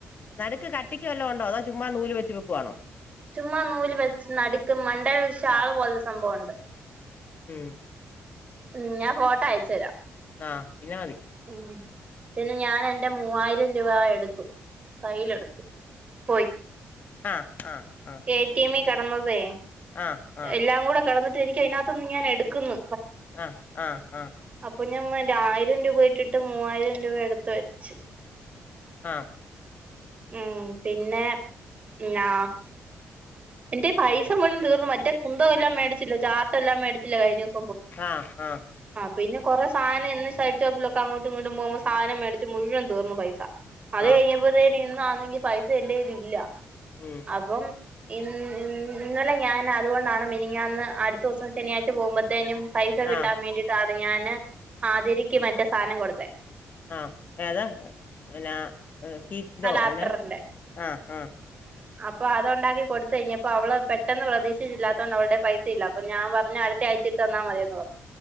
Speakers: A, on the left; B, on the right.
A: നടുക്ക് കട്ടിക്ക് വല്ലാം ഉണ്ടോ അതോ ചുമ്മാ നൂല് വെച്ച് വെക്കുവാണോ?
B: ചുമ്മാ നൂല് വെച്ച് നടുക്ക് മണ്ടേൽ ഷാള് പോല സംഭവണ്ട്.
A: ഉം
B: ഉം ഞാൻ ഫോട്ടോ അയച്ചു തരാം.
A: ആഹ് പിന്നെ മതി.
B: ഉം പിന്നെ ഞാൻ എന്റെ മൂവായിരം രൂപ എടുത്തു. കയ്യിലെടുത്തു. പോയി.
A: ആ ആ ആ
B: എ ടി എമ്മി കെടന്നതേ
A: ആ ആ
B: എല്ലാം കൂടെ കെടന്നിട്ട് എനിക്ക് അയ്നാത്ത്നിന്ന് ഞാൻ എടുക്കുന്നു.
A: ആ ആ ആ
B: അപ്പൊ ഞമ്മന്റ ആയിരം രൂപ ഇട്ടിട്ട് മൂവായിരം രൂപ എടുത്ത് വെച്ചു.
A: ആ
B: ഉം പിന്നെ ഞാ എന്റെ പൈസ മുഴുവൻ തീർന്നു. മറ്റേ കുന്തവും എല്ലാം മേടിച്ചില്ലേ ചാർട്ടെല്ലാം മേടിച്ചില്ലേ കഴിഞ്ഞസം.
A: ആആ
B: പിന്നെ കുറെ സാനം ഇന്ന് സൈഡ് ഷോപ്പിലൊക്ക അങ്ങോട്ടും ഇങ്ങോട്ടും പോകുമ്പോ സാനം മേടിച്ച് മുഴുവ തീർന്നു പൈസ. അത്
A: ആഹ്
B: കഴിഞ്ഞപ്പോത്തന്നെ ഇന്നാണെങ്കി പൈസ എന്റെയ്യിലില്ല
A: ഉം
B: അപ്പം ഇന്ന് ഇന്ന് ഇന്നലെ ഞാൻ അതുകൊണ്ടാണ് മിനിഞ്ഞാന്ന് അടുത്തവസം ശനിയാഴ്ച പോവുമ്പത്തേനും പൈസ കിട്ടാൻ
A: ആഹ്
B: വേണ്ടിട്ടാണ് ഞാന് ആതിരക്ക് മറ്റേ സാനം കൊടുത്തേ.
A: ആ ഏതാ എ പിന്നാ ഏ കീ ഇതോ
B: ആ ലാപ്ടറിന്റെ
A: എന്നാ ആ ആ
B: അപ്പ അതൊണ്ടാക്കി കൊടുത്തഴിഞ്ഞപ്പോ അവള് പെട്ടെന്ന് പ്രതീക്ഷിച്ചില്ലാത്തോണ്ട് അവൾടെ പൈസ ഇല്ല അപ്പ ഞാ പറഞ്ഞ് അടുത്തയാഴ്ച ഇട്ട് തന്നാ മതിയെന്ന് പറഞ്ഞു.